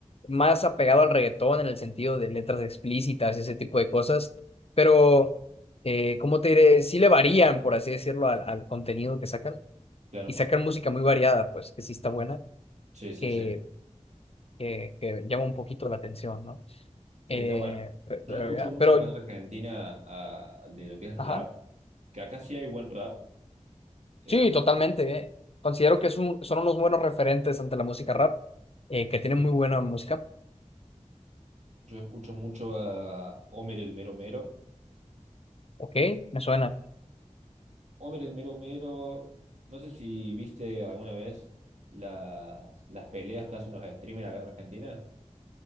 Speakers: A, on the left (about 50°); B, on the right (about 65°).
A: Más apegado al reggaetón en el sentido de letras explícitas, ese tipo de cosas. Pero, eh, ¿cómo te diré? Sí le varían, por así decirlo, al al contenido que sacan.
B: claro.
A: Y sacan música muy variada, pues, que sí está buena.
B: Sí, sí,
A: que,
B: sí.
A: que, que llama un poquito la atención, ¿no?
B: Sí,
A: Eh,
B: está bueno.
A: pe-
B: Yo
A: pero,
B: escucho
A: ya-
B: mucho
A: pero,
B: acá en Argentina a- de lo que es
A: ajá,
B: rap, que acá sí hay buen rap. eh,
A: sí, totalmente. eh. Considero que es un- son unos buenos referentes ante la música rap, eh, que tienen
B: sí.
A: muy buena música.
B: Yo escucho mucho a Homer el Mero Mero.
A: Ok, me suena.
B: Homer el Mero Mero, no sé si viste alguna vez las, las peleas que hacen los streamers acá en Argentina.